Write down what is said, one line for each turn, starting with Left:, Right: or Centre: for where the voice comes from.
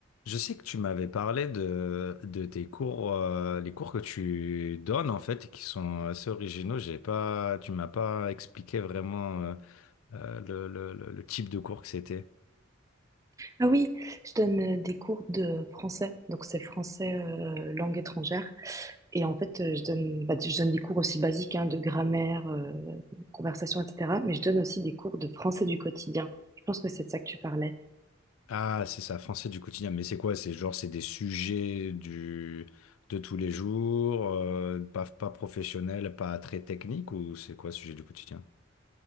Left: Je sais que tu m'avais parlé de, de tes cours, euh, les cours que tu donnes en fait, et qui sont assez originaux. J'ai pas, tu m'as pas expliqué vraiment euh, euh, le, le- le- le type de cours que c'était.
Right: Ah oui, je donne euh, des cours de français, donc c'est français euh, langue étrangère. Et en fait, euh, je donne, bah, je donne des cours aussi basiques hein, de grammaire, euh, conversation, etc. Mais je donne aussi des cours de français du quotidien. Je pense que c'est de ça que tu parlais.
Left: Ah, c'est ça, français du quotidien. Mais c'est quoi? C'est genre, c'est des sujets du, de tous les jours, euh, pas, pas professionnels, pas très techniques, ou c'est quoi, sujet du quotidien?